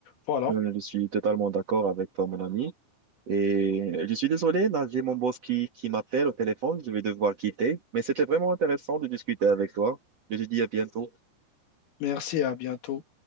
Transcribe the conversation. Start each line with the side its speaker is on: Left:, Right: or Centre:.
Left: Voilà.
Right: Euh, Je suis totalement d'accord avec toi, mon ami. Et je suis désolé, là, j'ai mon boss qui, qui m'appelle au téléphone. Je vais devoir quitter. Mais c'était vraiment intéressant de discuter avec toi. Je te dis à bientôt.
Left: Merci et à bientôt.